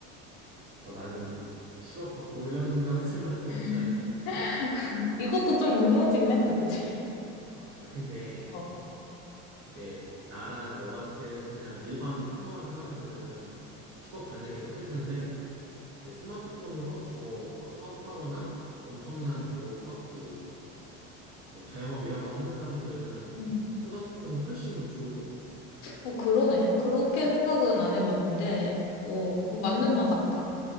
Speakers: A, on the right; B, on the left.
A: 어, 나는 10억 받고 1년간 <laughs> 스마트폰
B: <laughs>
A: 없이 살기.
B: 이것도 좀 무너지긴 했다, 그치?
A: 아, 아, 근데
B: 어. <laughs>
A: 이제 나랑 너 같은 그냥 일반 평범한 사람들은 10억 받는 게 더 클 텐데 이제 스마트폰으로 더 막 사업하거나 엄청난 뭐 사업 그 뭐 자영업 이런 거 하는 사람들은
B: 음.
A: 스마트폰이 훨씬 더 좋을 것 같아.
B: 어, 그러네. 그렇게 생각은 안 해봤는데, 어, 어, 맞는 말 같다.